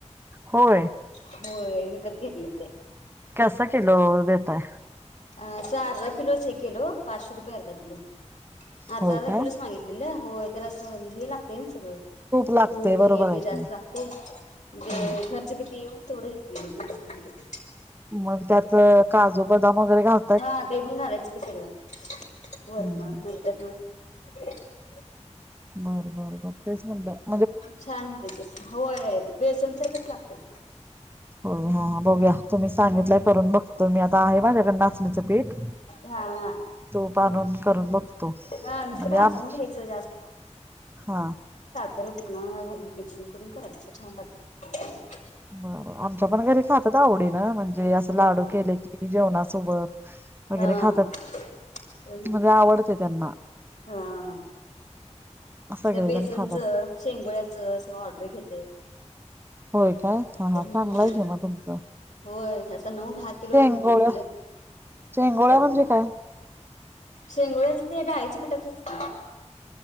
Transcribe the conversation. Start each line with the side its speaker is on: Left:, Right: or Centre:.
Right: होय.
Left: होय. विकत घेतले ते
Right: कसा किलो देताय?
Left: अ अस अर्धा किलोच हे केलो. पाचशे रुपये अर्धा किलो अर्धा
Right: होय
Left: अर्धा
Right: काय
Left: किलोच मागितलेलं. होय. तर असं म्हणजे हे लागतयं नई- - सगळं
Right: लागतय
Left: तूप
Right: बरोबर
Left: हे ते
Right: आहे
Left: जास्त
Right: की
Left: लागतयं मं ते
Right: हम्म
Left: खर्च किती येऊन -- तेवढं हे केलो तेनासनी दिलो.
Right: मग त्यात काजू, बदाम वगैरे घाल
Left: हा ते पण घालायचं की सगळं वरण
Right: हम्म
Left: नंतर दूध <inaudible>
Right: बरं बर बर तेच म्हणलं --
Left: छान त्याचे होय बेसनसारखंच लागतय.
Right: हो हो. बघुया. तुम्ही सांगितलंय करून बघतो मी आता आहे माझ्याकडे नाचणीचं पीठ
Left: हा हा.
Right: तुप आणून करून बघतो.
Left: हा नुसतं
Right: म्हणजे
Left: भाजून
Right: आमची
Left: घ्यायचं
Right: हा.
Left: खरं बुकणा घालून मिक्सिंग करून करायच छानत <unintelligible>
Right: बर आमच्या पण घरी खातात आवडी न म्हणजे अस लाडू
Left: हा
Right: केले की जेवणासोबत वगैरे
Left: हा
Right: खातात
Left: हा.
Right: म्हणजे आवडते त्यांना
Left: हा
Right: सगळेजण
Left: त बेसनचं
Right: खातात
Left: शेंगोळ्याचं अस ऑर्डर घेते
Right: होय काय हा
Left: हम्म.
Right: हा चांगलाय की मग तुमचं
Left: होय आता नऊ दहा किलो
Right: शेंगोळ्या
Left: विकलं
Right: शेंगोळ्या
Left: करून
Right: म्हणजे काय
Left: शेंगोळ्या ते डाळीच्या पिठाच असत